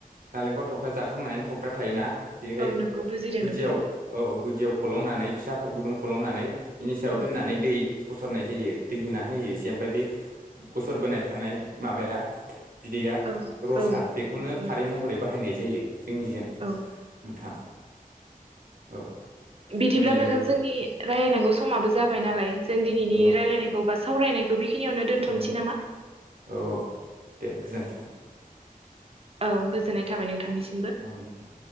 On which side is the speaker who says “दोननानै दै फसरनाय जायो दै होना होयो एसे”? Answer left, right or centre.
Right